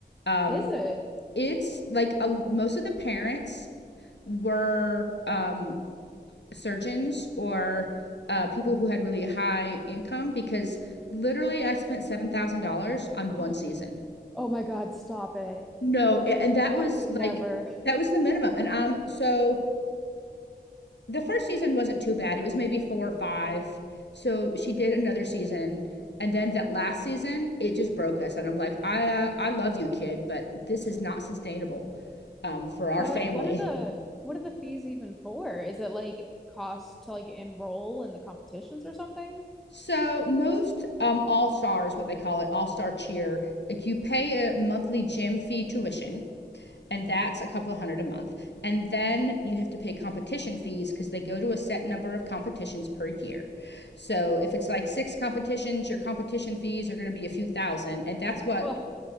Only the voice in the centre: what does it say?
Is it?
<gasps>
Oh my God, stop it.
I could never.
What
what are the what are the fees even for? Is it like cost to like enroll in the competitions or something?
Oh,